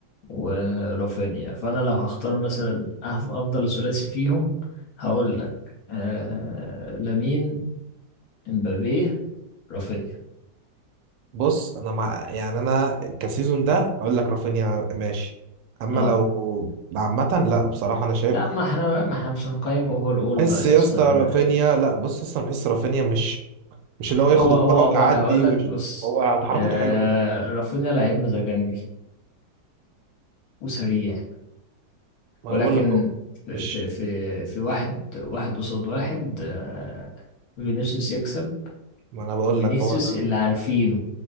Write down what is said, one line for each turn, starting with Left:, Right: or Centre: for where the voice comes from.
Left: ورافينيا فانا لو هختار مثلا أف- افضل ثلاثي فيهم هقول لك آه لامين امبابي رافينيا
Right: بص انا مع يعني انا كسيزون ده اقول لك رافينيا ماشي اما
Left: اه
Right: لو عامة لا بصراحة انا شايف
Left: لا ما احنا بقى ما احنا مش هنقيم اوفر اول
Right: حس
Left: بقى يا
Right: يا
Left: اسطى
Right: اسطى
Left: يعني
Right: رافينيا لا بص اصلا بحس رافينيا مش مش اللي هو ياخد
Left: هو
Right: الكرة
Left: هو هو
Right: ويعدي
Left: انا هقول
Right: ويشوف
Left: لك بص
Right: هو تحركته
Left: آه
Right: حلوة
Left: رافينيا لعيب مزاجنجي وسريع
Right: ما
Left: ولكن
Right: انا بقول لك هو مش
Left: في في في واحد واحد قصاد واحد آه، فينيسيوس يكسب
Right: ما انا بقول
Left: فينيسيوس
Right: لك هو ده
Left: اللي عارفينه